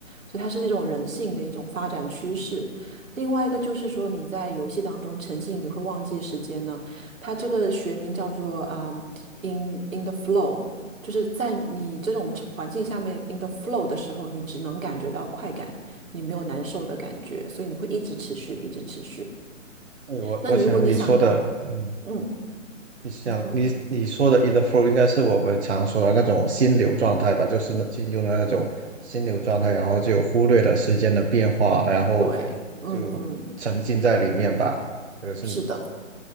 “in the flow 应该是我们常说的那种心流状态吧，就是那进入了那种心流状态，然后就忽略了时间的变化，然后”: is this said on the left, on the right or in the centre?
Right